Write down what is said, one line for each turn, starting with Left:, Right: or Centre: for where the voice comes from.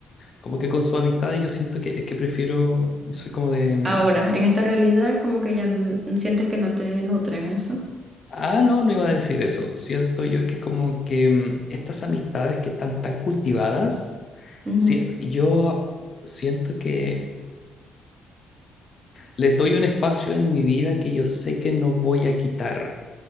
Left: como que con su amistad yo siento que es que prefiero, yo soy como de, mm,
Right: Ahora, en esta realidad como que ya n- sientes que no te nutren eso.
Left: ah, no, no iba a decir eso, siento yo que como que mm, estas amistades que están tan cultivadas,
Right: Ujú,
Left: si- yo siento que les doy un espacio en mi vida que yo sé que no voy a quitar.